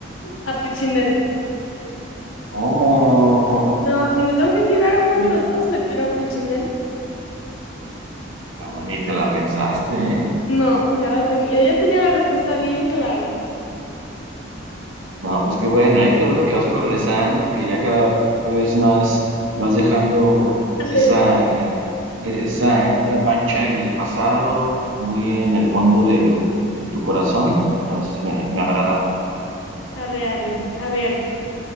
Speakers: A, on the left (about 85°); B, on the right (about 75°).
A: A Prichindel.
B: ¿Cómo?
A: Pero si me tengo que tirar a uno
B: Ni,
A: de los dos, me tiro a Prichindel.
B: no, ni te la pensaste, ¿eh?
A: No, ya la tenía. Ya tenía la respuesta bien clara.
B: No, pues qué bueno, ¿eh? Qué bueno que vas progresando, que ya cada vez más vas dejando
A: Dale.
B: esa, eh, esa, esa mancha en el pasado, muy en el fondo del- de tu corazón. Entonces me, me agrada.
A: Arre, arre. A ver.